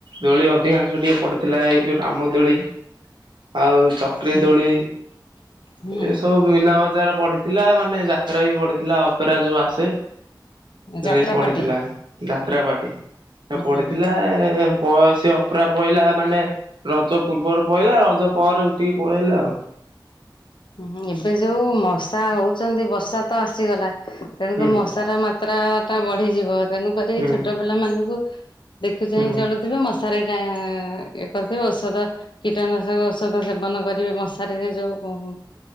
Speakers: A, on the right; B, on the left.
A: ଦୋଳି ଅଧିକାଂଶ ଟିକେ ପଡିଥିଲା ଏଇ ଯୋଉ ରାମ ଦୋଳି ଆଉ ଚ ଚକ୍ରୀ
B: ହୁଁ
A: ଦୋଳି
B: ହୁଁ
A: ଏ ସବୁ ମିନା ବଜାର ପଡିଥିଲା ମାନେ ଯାତ୍ରା ବି ପଡିଥିଲା। ଥିଲା ଅପେରା ଯୋଉ ଆସେ ସେଟାରା
B: ଯାତ୍ରା
A: ବି ପଡିଥିଲା
B: ପାଟି
A: ଯାତ୍ରା ପାର୍ଟି।
B: ହୁଁ
A: ପଡିଥିଲା
B: ହୁଁ
A: ପ ସେ ଅପେରା ପଇଲା ମାନେ ରଜ ପୂର୍ବରୁ। ପଳେଇଲା ରଜ ପରେ ଉଠିକି ପଳେଇଲେ ଆଉ
B: ହୁଁ ଏବେ ଯୋଉ ମଶା ହଉଛନ୍ତି ବର୍ଷା ତ ଆସିଗଲା ତେଣୁକରି
A: ହୁଁ
B: ମଶା ଟା ମାତ୍ରା ଟା ବଢିଯିବ ତେଣୁକରି
A: ହୁଁ।
B: ଛୋଟ ପିଲା ମାନଙ୍କୁ ଦେଖି ଚାହିଁଚଳୁ
A: ହୁଁ ହୁଁ
B: ଥିବେ ମଶାରି ଟା ଇଏ କରିଥିବେ ଔଷଧ କୀଟନାଶକ ଔଷଧ ସୋଧନ କରିବେ ମଶାରିରେ ଯୋଉ